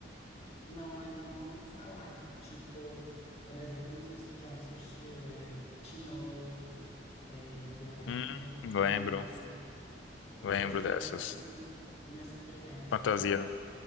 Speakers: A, on the left; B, on the left.
A: Não, ainda não ouvi falar. Tipo, por exemplo, não sei se tu já assistiu, é Teen Wolf, é Diários
B: Hum,
A: de um Vampiro.
B: lembro,
A: Eu
B: lembro
A: gosto
B: dessas.
A: mais assim, nessa pegada, sabe?
B: Fantasia.